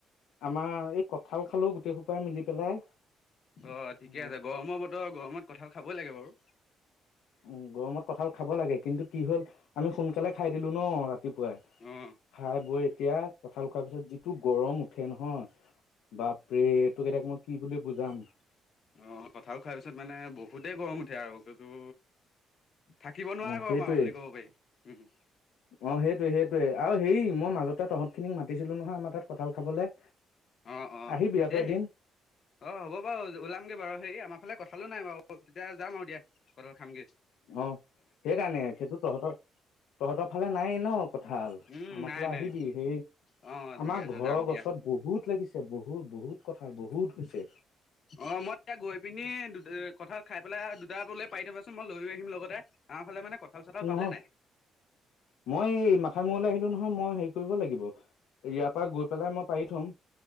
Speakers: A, on the left; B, on the left.
A: আমাৰ এই ক থঠাল খালে গোটেইসোপাই মিলি পেলাই
B: অ ঠিকে
A: উম
B: আছে গৰমৰ বতৰ গৰমত কঁঠাল খাবই লাগে বাৰু।
A: উ গৰমত কঠাল খাব লাগে কিন্তু কি হ'ল আমি সোনকালে খাই দিলো ন ৰাতি ৰাতিপুৱাই
B: অঁ
A: খাই বৈ এতিয়া কঠাল খোৱাৰ পিছত যিটো গৰম উঠে নহয় বাপৰে তোক এতিয়া মই কি বুলি বুজাম।
B: অ কথাল খোৱাৰ পিছত মানে বহুতে গৰম উঠি আৰু কিন্তো থাকিব নোৱাৰা
A: অ সেইটোৱে
B: গৰম আৰু বুলি ক'ব পাৰি উম
A: অ সেইটোৱে সেইটোৱে আৰু হেৰি মই মাজতে তহঁত খিনিক মাতিছিলো নহয় আমাৰ তাত কঁঠাল খাবলে।
B: অ অ
A: আহিবি আকৌ
B: এই
A: এদিন
B: অ হ'ব বাৰু ওলামগে বাৰু হে আমাৰ ফালে কথালো নাই বাৰু তেতিয়া যাম আৰুতিয়া ঘৰৰ খামগে।
A: অ সেইকাৰণে সেইটো তহঁতৰ তহঁতৰ ফালে নাই ন কঁঠাল?
B: উম
A: আমাৰ
B: নাই
A: ফাললে আহিবি
B: নাই
A: সেই
B: অ ঠিকে
A: আমাৰ
B: আছে
A: ঘৰৰ
B: যাম দিয়া
A: গছত বহুত লাগিছে বহুত বহুত কথা বহুত হৈছে
B: অ মই তেতিয়া গৈ পিনি দু কঠাল খাই পেলাই দুটালৈ পাই থবাচোন মই লৈ আহিম লগতে আমাৰ ফালে মানে কঁঠাল চঠাল
A: নহয়
B: পাবলে নাই।
A: মই এই মাথা মূৰলৈ আহিলো নহয় মই হেৰি কৰিব লাগিব ইয়াৰ পৰা গৈ পেলাই মই পাৰি থম।